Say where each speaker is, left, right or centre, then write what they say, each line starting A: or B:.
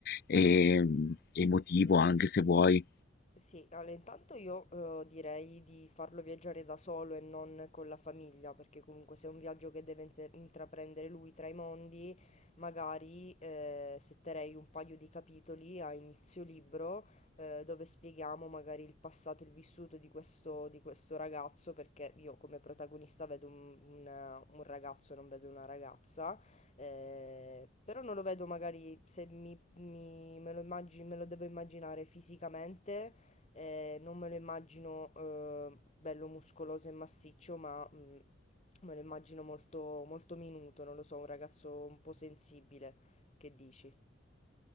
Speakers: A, on the left; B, on the left.
A: e mm, emotivo anche se vuoi.
B: Sì, allora intanto io eh, direi di farlo viaggiare da solo e non con la famiglia, perché comunque se è un viaggio che deve inter- intraprendere lui tra i mondi, magari eh, setterei un paio di capitoli a inizio libro eh, dove spieghiamo magari il passato e il vissuto di questo, di questo ragazzo, perché io come protagonista vedo un, un- un ragazzo, non vedo una ragazza, eh, però non lo vedo magari se mi, mi- me lo immagi- me lo devo immaginare fisicamente eh, non me lo immagino eh, bello muscoloso e massiccio, ma mm, me lo immagino molto, molto minuto, non lo so, un ragazzo un po' sensibile, che dici?